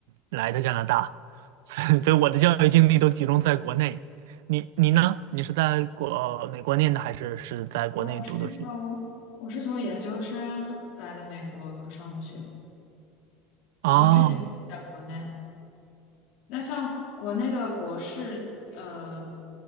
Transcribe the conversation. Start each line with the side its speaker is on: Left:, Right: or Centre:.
Right: 来的加拿大，<laughs> 所以所以我的教育经历都集中在国内。你你呢？你是在国，美国念的还是是在国内读的书？
Left: 哦，我是从我是从研究生来的美国上的学，
Right: 哦
Left: 然后之前在国内。那像国内的博士，呃，